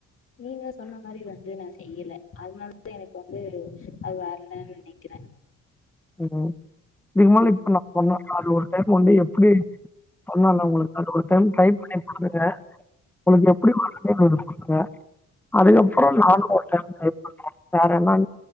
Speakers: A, on the left; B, in the centre.
A: நீங்க சொன்ன மாரி வந்து நா செய்யல அதனாலவந்து எனக்கு வந்து அது வரலன்னு நெனைக்கிற
B: ம் இதுக்கு <inaudible> பண்ண <inaudible> பண்ணா அது ஒரு டைம் வந்து எப்டி பண்ணால உங்களுக்கு அது ஒரு டைம் ட்ரை பண்ணி பாருங்க உங்களுக்கு எப்டி <inaudible> அதுக்கப்றோ நானு ஒரு டைம் ட்ரை பண்ற வேற என்ன